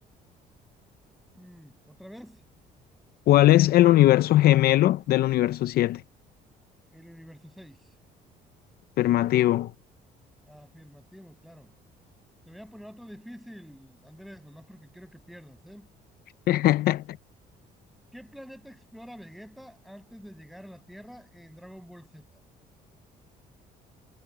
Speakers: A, in the centre; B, on the left (about 65°).
A: Mm, Otra vez,
B: ¿Cuál es el universo gemelo del universo 7?
A: el universo seis.
B: Afirmativo.
A: Afirmativo, claro. Te voy a poner otro difícil, Andrés, nomás porque quiero que pierdas, ¿eh?
B: <laughs>
A: ¿Qué planeta explora Vegeta antes de llegar a la Tierra en Dragon Ball Z?